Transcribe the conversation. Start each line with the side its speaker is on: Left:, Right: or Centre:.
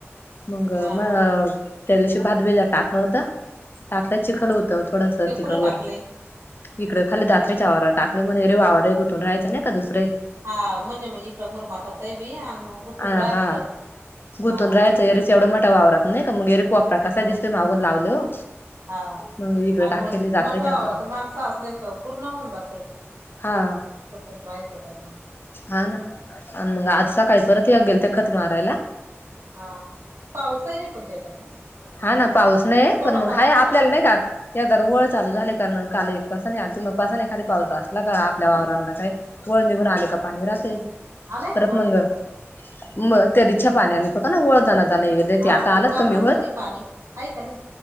Left: मग
Right: हा
Left: म
Right: हा
Left: त्या दिवशी भातभीजा टाकण होतं. टाकला चिखल
Right: हा
Left: होतं थोडस
Right: ते
Left: तिक
Right: कुठं
Left: वर.
Right: टाकले
Left: इकड खाली दात्रीच्या आववर टाकले म्ह रे वावरे गुथून राहायं ना नाही का दुसरे.
Right: हा म्हणजे इकडं मुरमाठा साहेबी आणि. गुतून
Left: हा
Right: राहत
Left: हा
Right: होत
Left: गुंतून
Right: हा
Left: राहायचं एरीच एवढं मोठा वावरतात नाही का मग एरी को वापरात. कसा
Right: हा
Left: दिसत मागून लावल हो.
Right: हा
Left: मग इकडे
Right: आणि
Left: टाकले
Right: मग
Left: जात्रेच्या
Right: मोठ्या वावरवरात
Left: वावरात
Right: माणसं असले तर पूर्ण होऊन जाते.
Left: हा.
Right: कोण वायसं तर्मा.
Left: हा ना आणि मग आज सकाळी परत ये गेल ते खत मारायला.
Right: हा पावसाही नाही कोण त्याच्यात ना.
Left: हा ना पाऊस नाही
Right: थोडंफार
Left: पण मग हा
Right: बुरका
Left: आपल्याला नाही का. एकदा वळ चालू झाले कारण काल एक पासन आलते मग पासून एखादी पाऊस असला का आपल्या वावरांला काय. वळ निघून
Right: हा
Left: आले का पाणी राहातय
Right: आलाय
Left: परत
Right: का ओळ
Left: मंग.
Right: निघून
Left: मग त्यादिसच्या पाण्याने का न वळताना.. आ नाही
Right: हा
Left: ते आता
Right: वावरांमध्ये
Left: आलात कमी होत.
Right: पाणी आहे का नाही